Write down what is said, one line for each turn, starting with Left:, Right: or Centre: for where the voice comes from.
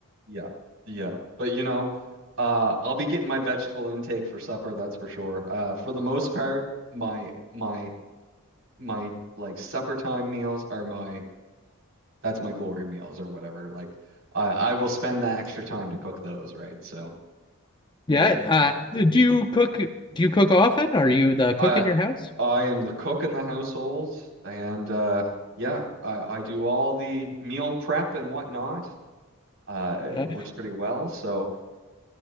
Right: Yeah, yeah. But you know, uh, I'll be getting my vegetable intake for supper, that's for sure. Uh, for the most part, my my my like supper time meals are my that's my glory meals or whatever. Like I I will spend that extra time to cook those, right? So
Left: Yeah, uh, do you cook? Do you cook often? Are you the cook
Right: I
Left: in your house?
Right: I am the cook in the household, and uh, yeah, I I do all the meal prep and whatnot. Uh, it
Left: Uh,
Right: works pretty well. So